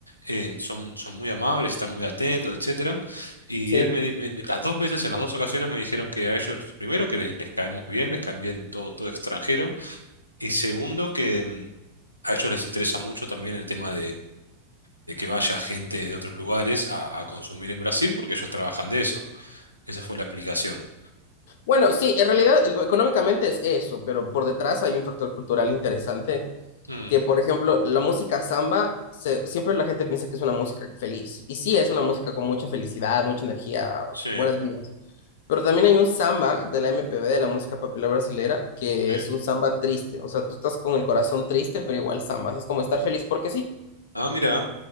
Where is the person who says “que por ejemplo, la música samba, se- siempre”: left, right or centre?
Left